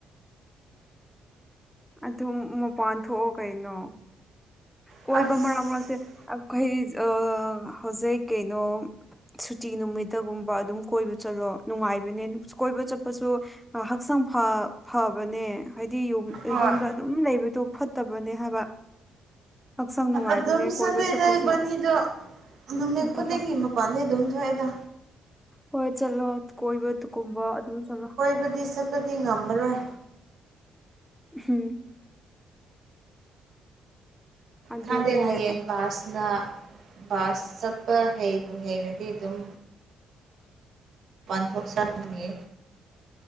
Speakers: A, in the centre; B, on the right.
A: ꯑꯗꯨꯝ ꯃꯄꯥꯟ ꯊꯣꯛꯑꯣ ꯀꯩꯅꯣ ꯀꯣꯏꯕ
B: ꯑꯁ
A: ꯃꯔꯛ ꯃꯔꯛꯇꯦ ꯑꯩꯈꯣꯏ ꯍꯧꯖꯤꯛ ꯀꯩꯅꯣ ꯁꯨꯇꯤ ꯅꯨꯃꯤꯠꯇꯒꯨꯝꯕ ꯑꯗꯨꯝ ꯀꯣꯏꯕ ꯆꯠꯂꯣ ꯅꯨꯡꯉꯥꯏꯕꯅꯦ ꯀꯣꯏꯕ ꯆꯠꯄꯁꯨ ꯍꯛꯆꯥꯡ ꯐꯕꯅꯦ ꯍꯥꯏꯗꯤ ꯌ
B: ꯍꯣꯏ
A: ꯌꯨꯝꯗ ꯑꯗꯨꯝ ꯂꯩꯕꯗꯣ ꯐꯠꯇꯕꯅꯦ ꯍꯥꯏꯕ ꯍꯛꯆꯥꯡ ꯅꯨꯡꯉꯥꯏꯕꯅꯦ
B: ꯑꯗꯨꯝ ꯆꯠꯂ
A: ꯀꯣꯏꯕ ꯆꯠꯄꯁꯨ
B: ꯂꯩꯕꯥꯅꯤꯗꯣ ꯅꯨꯃꯤꯠ ꯈꯨꯗꯤꯡꯒꯤ
A: ꯆꯠꯂꯣ
B: ꯃꯄꯥꯟꯗꯒꯤꯩ ꯑꯗꯨꯝ ꯊꯣꯛꯑꯦꯗ
A: ꯍꯣꯏ ꯆꯠꯂꯣ ꯀꯣꯏꯕꯗꯨꯨꯀꯨꯝꯕ ꯑꯗꯨꯝ ꯆꯠꯂꯣ
B: ꯍꯥꯏꯕꯗꯤ ꯁꯛꯄꯗꯤ ꯉꯝꯃꯔꯣꯏ
A: ꯍꯝ ꯑꯗꯨꯗꯤꯅꯦ
B: ꯈꯪꯗꯩ ꯍꯌꯦꯡ ꯕꯥꯁꯅ ꯕꯥꯁ ꯆꯠꯄ ꯍꯩꯕꯨ ꯍꯩꯔꯗꯤ ꯑꯗꯨꯝ ꯄꯥꯟꯊꯣꯛ ꯁꯥꯟꯅꯤ